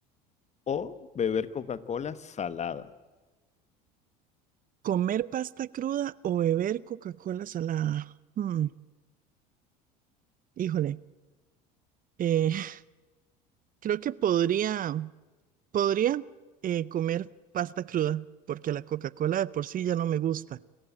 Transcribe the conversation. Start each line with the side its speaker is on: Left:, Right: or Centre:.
Left: o beber Coca-Cola salada?
Right: ¿comer pasta cruda o beber Coca-Cola salada? Hmm, híjole, eh, <laughs> creo que podría, podría eh, comer pasta cruda, porque la Coca-Cola de por sí ya no me gusta